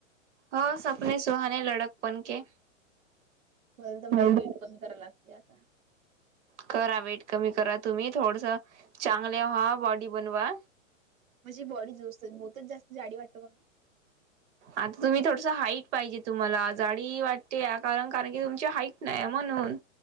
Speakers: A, on the right (about 60°); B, on the right (about 85°).
A: हो सपने सुहाने लडक पण के.
B: मला तर
A: हम्म.
B: भाई वेट कमी कराय, लागतातय आता.
A: करा वेट कमी करा, तुम्ही थोडस चांगले व्हा, बॉडी बनवा.
B: माझी बॉडी जोस्त बहुतच जास्त जाडी वाटतो का मी
A: आता तुम्ही थोडस हाईट पाहिजे तुम्हाला जाडी वाटते, या कारण कारण की तुमची हाईट नाहीयेय म्हणून.